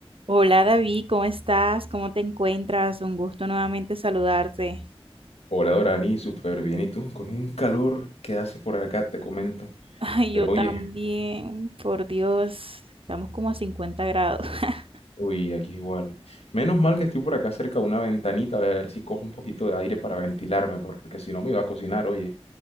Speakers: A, on the right; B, on the left.
A: Hola David, ¿cómo estás? ¿Cómo te encuentras? Un gusto nuevamente saludarte.
B: Hola Dorani, súper bien. ¿Y tú? Con un calor que hace por acá, te comento.
A: <laughs> Ay,
B: Pero
A: yo también,
B: oye,
A: por Dios, estamos como a 50 grados. <laughs>
B: uy, aquí es igual. Menos mal que estoy por acá cerca de una ventanita, a ver si cojo un poquito de aire para ventilarme, porque si no me iba a cocinar, oye.